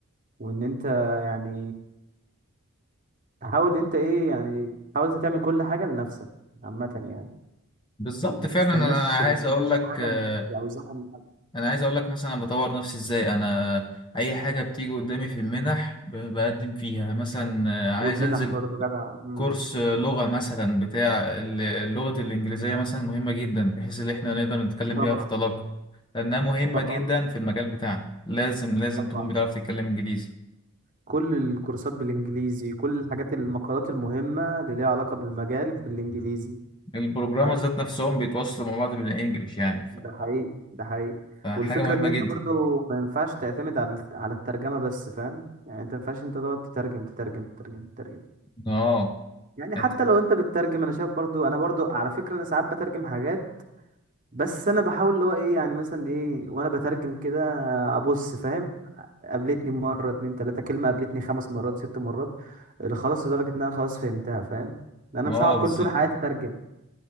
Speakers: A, on the right; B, on the left.
A: وان انت يعني تحاول انت ايه يعني تحاول انت تعمل كل حاجه لنفسك عامه يعني
B: بالظبط
A: ما
B: فعلا
A: تستناش
B: أنا عايز
A: ما تستناش
B: أقول لك
A: حاجه
B: آه،
A: من حد او زقه من حد
B: انا عايز اقول لك مثلا أنا بطور نفسي ازاي انا اي حاجه بتيجي قدامي في المنح ب- بقدم فيها مثلا آه، عايز
A: والمنح
B: انزل
A: برضو جدع امم
B: كورس آه، لغه مثلا بتاع ال- لغه الانجليزيه مثلا مهمه جدا بحيث ان احنا نقدر نتكلم
A: طبعا
B: بيها في طلاقه لانها مهمه
A: طبعا
B: جدا في المجال بتاعنا لازم لازم
A: طبعا
B: تكون بتعرف تتكلم انجليزي
A: كل الكورسات بالانجليزي كل الحاجات المقالات المهمه اللي ليها علاقه بالمجال بالانجليزي
B: البروجرامر
A: ف-
B: ذات نفسهم بيتواصلوا مع بعض بالانجليش يعني ف-
A: ده حقيقي ده حقيقي
B: فحاجه
A: والفكره
B: مهمه
A: ان انت
B: جدا
A: برضو ما ينفعش تعتمد على على الترجمه بس فاهم يعني انت ما ينفعش انت تقعد تترجم تترجم تترجم تترجم
B: اه
A: يعني حتى
B: أنت-
A: لو انت بتترجم انا شايف برضو انا برضو على فكرة انا ساعات بترجم حاجات بس انا بحاول اللي هو ايه يعني مثلا ايه وانا بترجم كده ابص فاهم قابلتني مرة اتنين تلاتة كلمة قابلتني خمس مرات ست مرات اللي خلاص لدرجة ان انا خلاص فهمتها فاهم لأن انا
B: اه
A: مش هقعد كل
B: بالظبط
A: طول حياتي اترجم